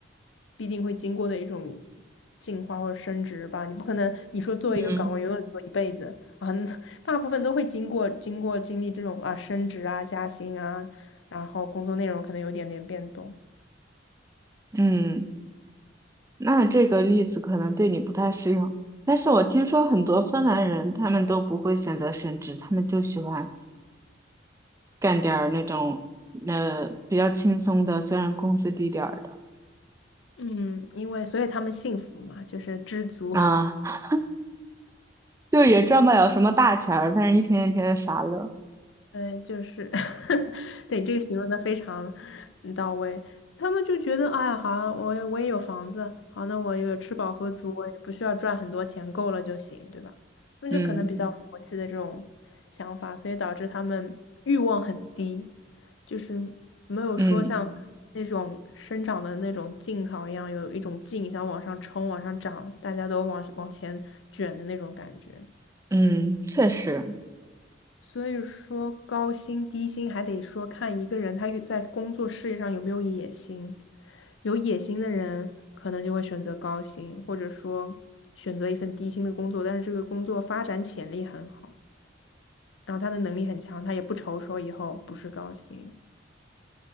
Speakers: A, on the left; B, on the right.
A: 必定会经过的一种进化或者升职吧。你不可能你说做一个岗位永远做一辈子啊，
B: 嗯
A: <laughs> 那大部分都会经过经过经历这种啊升职啊加薪啊，然后工作内容可能有点点变动。
B: 嗯。那这个例子可能对你不太适用，但是我听说很多芬兰人他们都不会选择升职，他们就喜欢干点儿那种呃比较轻松的，虽然工资低点儿的
A: 嗯，因为所以他们幸福嘛，就是知足。
B: 啊，<laughs> 就也赚不了什么大钱儿，但是一天一天的傻乐。
A: 嗯，就是，<laughs> 对，你这个形容的非常嗯到位。他们就觉得，哎呀，好啊，我也我也有房子，好，那我有吃饱喝足，我也不需要赚很多钱，够了就行，对吧？他们就可能比较佛系的这种想法，
B: 嗯
A: 所以导致他们欲望很低，就是没有说像那种生长的那种劲草一样，
B: 嗯
A: 有一种劲想往上冲、往上涨，大家都往往前卷的那种感觉。
B: 嗯，确实，
A: 所以说高薪低薪还得说看一个人他有在工作事业上有没有野心。有野心的人可能就会选择高薪，或者说选择一份低薪的工作，但是这个工作发展潜力很好，然后他的能力很强，他也不愁说以后不是高薪。